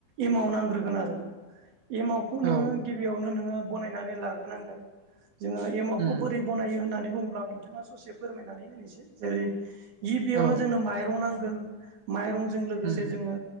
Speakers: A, on the right; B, on the right.
A: एमाव नांग्रोगोन आरो एमावखौ नोङो
B: औ
A: गिबियावनो नोङो बनायनानै लाग्रोनांगोन जोङो एमावखौ
B: उम
A: बोरै बनायो होननानै बुङोब्ला नोंथाङा ससे फोरमायनानै होनोसै जेरै गिबियावनो
B: औ
A: जोंनो माइरं नांगोन माइरंजों लोगोसे
B: उम
A: जोङो